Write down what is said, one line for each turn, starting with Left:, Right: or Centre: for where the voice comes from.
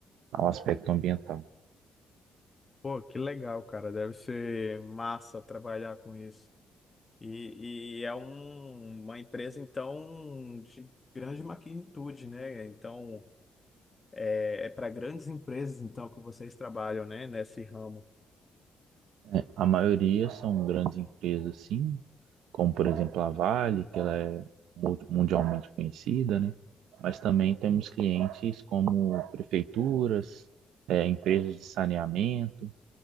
Right: ao aspecto ambiental.
Left: Pô, que legal, cara. Deve ser massa trabalhar com isso. E, e é um- uma empresa, então, de grande magnitude, né? Então, é, é para grandes empresas, então, que vocês trabalham, né? Nesse ramo.
Right: né. A maioria são grandes empresas, sim, como por exemplo a Vale, que ela é mu- mundialmente conhecida, né? Mas também temos clientes como prefeituras, é, empresas de saneamento,